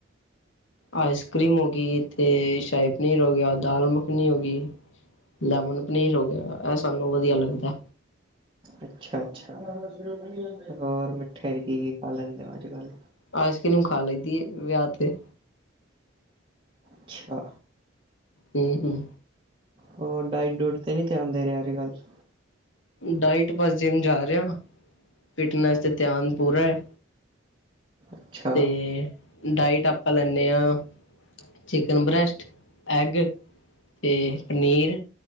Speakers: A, on the left; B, on the right.
A: ਆਈਸ ਕਰੀਮ ਹੋ ਗਈ ਤੇ ਸ਼ਾਹੀ ਪਨੀਰ ਹੋ ਗਿਆ। ਦਾਲ ਮੱਖਣੀ ਹੋ ਗਈ। ਲੈਮਨ ਪਨੀਰ ਹੋ ਗਿਆ। ਇਹ ਸਾਨੂੰ ਵਧੀਆ ਲੱਗਦਾ।
B: ਅੱਛਾ ਅੱਛਾ ਹੋਰ ਮਿੱਠੇ ਚ ਕੀ ਕੀ ਖਾ ਲੈਂਦੇ ਹੋ ਅੱਜ ਕੱਲ?
A: ਆਈਸ ਕਰੀਮ ਖਾ ਲਈਦੀ ਵਿਆਹ ਤੇ।
B: ਅੱਛਾ।
A: ਹਮ ਹਮ।
B: ਉਹ ਡਾਇਟ ਡੂਟ ਤੇ ਨਹੀਂ ਧਿਆਨ ਦੇ ਰਿਹਾ ਅੱਜ ਕੱਲ੍ਹ।
A: ਡਾਇਟ ਬਸ ਜਿੰਮ ਜਾ ਰਿਹਾ। ਫਿਟਨੈਸ ਤੇ ਧਿਆਨ ਪੂਰਾ ਐ।
B: ਅੱਛਾ
A: ਤੇ ਡਾਇਟ ਆਪਾ ਲੈਂਦੇ ਹਾਂ। ਚਿਕਨ ਬਰੈੱਸਟ ਐੱਗ ਤੇ ਪਨੀਰ।